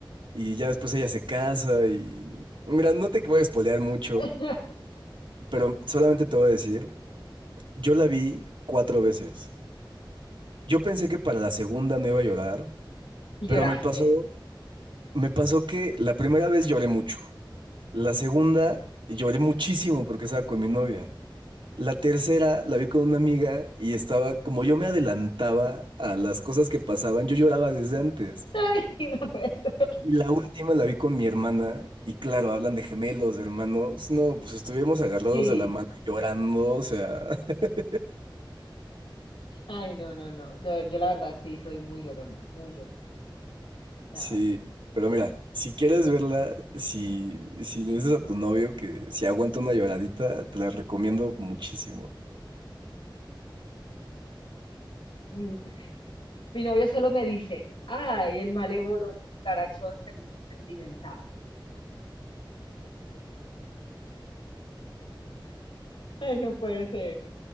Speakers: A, on the right; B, on the left.
A: y ya después ella se casa y... Mira, no te voy a spoilear mucho,
B: <laughs>
A: pero solamente te voy a decir, yo la vi cuatro veces. Yo pensé que para la segunda no iba a llorar,
B: Y
A: pero
B: lloraste.
A: me pasó, me pasó que la primera vez lloré mucho. La segunda lloré muchísimo porque estaba con mi novia. La tercera la vi con una amiga y estaba, como yo me adelantaba a las cosas que pasaban, yo lloraba desde antes.
B: Ay, no puede ser.
A: Y la última la vi con mi hermana y claro, hablan de gemelos, de hermanos. No, pues estuvimos agarrados
B: Sí.
A: de la mano y llorando, o sea, <laughs>
B: Ay, no, no, no. De- Yo la verdad sí soy muy llorona, muy llorona. O sea,
A: sí. Pero mira, si quieres verla, si, si le dices a tu novio que si aguanta una lloradita, te la recomiendo muchísimo.
B: mm, mi novio solo me dice, ay, el malévolo carachón se puso sentimental. Ay, no puede ser.